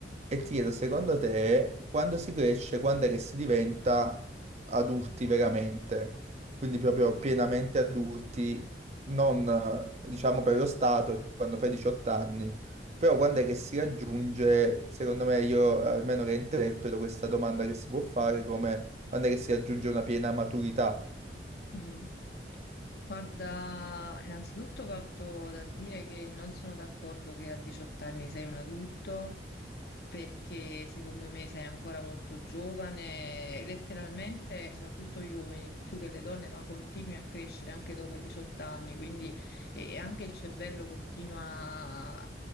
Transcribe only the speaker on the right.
E ti chiedo, secondo te, quando si cresce, quando è che si diventa adulti veramente? Quindi proprio pienamente adulti, non eh, diciamo per lo Stato, è quando fai 18 anni, però quando è che si raggiunge, secondo me, io eh, almeno che interpreto questa domanda che si può fare come quando è che si raggiunge una piena maturità?